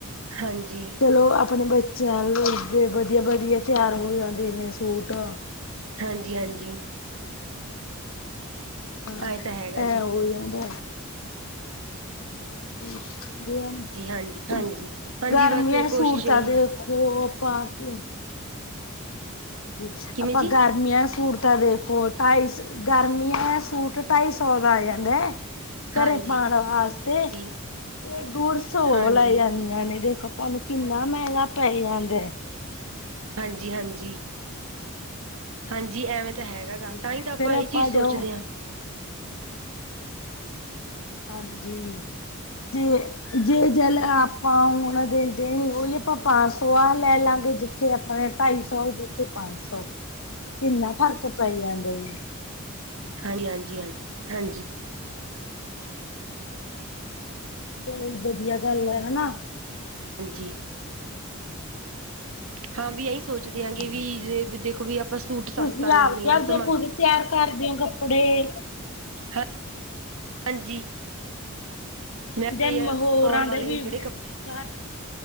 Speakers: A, on the right; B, on the left.
A: ਹਾਂਜੀ।
B: ਚਲੋ, ਆਪਣੇ ਬੱਚਿਆਂ ਦੇ ਵਧੀਆ -ਵਧੀਆ ਤਿਆਰ ਹੋ ਜਾਂਦੇ ਇੰਨੇ ਸੂਟ
A: ਹਾਂਜੀ-ਹਾਂਜੀ
B: ਹਾਂ
A: ਐ ਤਾਂ ਹੈਗਾ
B: ਇਹ
A: ਜੀ
B: ਹੋ ਜਾਂਦਾ, ਹਾਂਜੀ। ਜ
A: ਜੀ ਹਾਂਜੀ ਹਾਂਜੀ ਹਾਂਜੀ
B: ਗਰਮੀਆਂ
A: ਬਸ
B: ਚ
A: ਕੋਸ਼ਿਸ਼
B: ਸੂਟ ਤਾ
A: ਇਹੀ
B: ਦੇਖੋ ਪਾ ਕੇ ਹਾਂਜੀ,
A: ਕਿਵੇਂ
B: ਆਪਾਂ
A: ਜੀ
B: ਗਰਮੀਆਂ ਸੂਟ ਤਾਂ ਦੇਖੋ ਢਾਈ ਗਰਮੀਆਂ ਦਾ ਸੂਟ ਟਾਈ ਸੌ ਦਾ ਆ ਜਾਂਦਾ ਐ- ਘਰੇ
A: ਹਾਂਜੀ
B: ਪਾਨ ਵਾਸਤੇ ਤੇ
A: ਹਾਂਜੀ
B: ਡੂੜ ਸੋ
A: ਹਾਂਜੀ
B: ਲੈ ਜਾਂਦੀ। ਪੈਨੇ ਦੇਖੋ ਤੁਹਾਨੂੰ ਕਿੰਨਾ ਮਹਿੰਗਾ ਪੈ ਜਾਂਦਾ।
A: ਹਾਂਜੀ- ਹਾਂਜੀ ਹਾਂਜੀ, ਐਵੇਂ
B: ਹਾਂਜੀ
A: ਤਾਂ ਹੈਗਾ ਗਾ ਤਾਂ ਹੀ ਤਾਂ ਆਪਾਂ
B: ਫੇਰ
A: ਇਹ ਚੀਜ਼ ਸੋਚਦੇ
B: ਜਾਓ
A: ਆ।
B: ਹਾਂਜੀ ਜੇ ਜੇ ਜਲ ਆਪਾ ਹੁਨ ਦਿੰਦੇ ਨਈ ਓਇਓ ਆਪਾਂ ਪੰਜ ਸੌ ਲੈ ਲਾਗੇ ਜਿੱਥੇ ਨਾਲੇ ਢਾਈ-ਸੌ ਕਿੱਥੇ ਪੰਜ-ਸੌ ਕਿੰਨਾ ਫ਼ਰਕ ਪੈ ਜਾਂਦਾ ਜ
A: ਹਾਂਜੀ -ਹਾਂਜੀ- ਹਾਂਜੀ, ਹਾਂਜੀ।
B: <inaudible> ਦੋ ਵਧੀਆ ਗੱਲ ਹੈ ਨਾ
A: ਹਾਂਜੀ। ਹਾਂ ਵੀ ਇਹੀਂ ਸੋਚਦੇ
B: ਹਾਂਜੀ
A: ਆ ਗੇ ਵੀ ਦੇਖੋ ਵੀ ਆਪਾਂ ਸੂਟ ਸਸਤਾ
B: ਤੁਸੀਂ
A: ਲੈਂਦੇ
B: ਆਪਦੇ
A: ਹਾਂ
B: ਆਪਦੇ
A: ਸਮਾ
B: ਖੁਦ ਤਿਆਰ ਕਰਦੇ ਆ ਕੱਪੜੇ
A: ਹ ਹਾਂਜੀ ਮੈਂ
B: ਦੇ ਮਹੋਰਾਂ
A: ਪਾਉਣ ਵਾਲੇ
B: ਦੇ ਵੀ
A: ਜੇੜੇ
B: ਤਿਆਰ?
A: ਕਪੜੇ